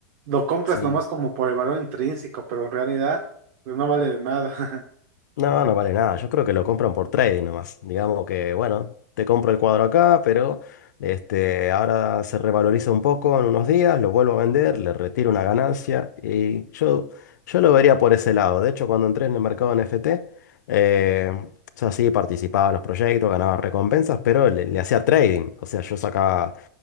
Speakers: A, on the right; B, on the left.
A: lo compras
B: sí.
A: nomás como por el valor intrínseco, pero en realidad, pues no vale de nada. <laughs>
B: No, no vale nada. Yo creo que lo compran por trading nomás. Digamos que, bueno, te compro el cuadro acá, pero este, ahora se revaloriza un poco en unos días, lo vuelvo a vender, le retiro una ganancia y yo, yo lo vería por ese lado. De hecho, cuando entré en el mercado NFT, eh, o sea, sí participaba en los proyectos, ganaba recompensas, pero le, le hacía trading. O sea, yo sacaba